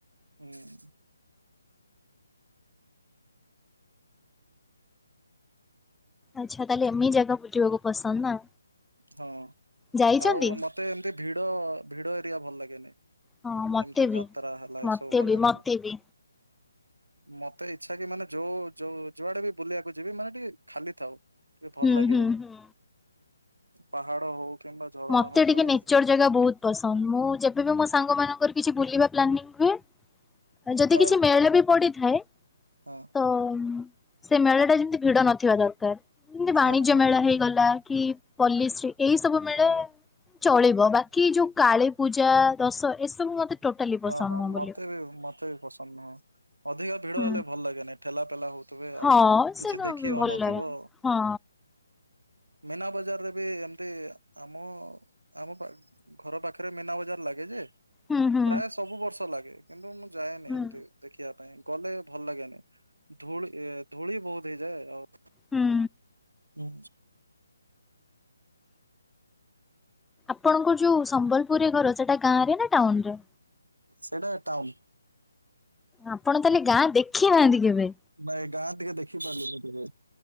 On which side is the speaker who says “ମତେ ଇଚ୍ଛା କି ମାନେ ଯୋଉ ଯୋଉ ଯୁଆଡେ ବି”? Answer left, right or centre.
Right